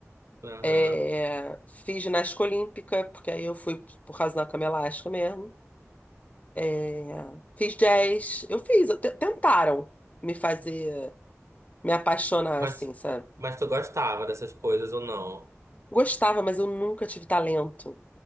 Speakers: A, on the right (about 70°); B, on the left (about 30°).
A: Aham.
B: É, fiz ginástica olímpica, porque aí eu fui por causa da cama elástica mesmo. É, fiz jazz, eu fiz, eu te- tentaram me fazer, me apaixonar,
A: Mas,
B: assim, sabe?
A: mas tu gostava dessas coisas ou não?
B: Gostava, mas eu nunca tive talento.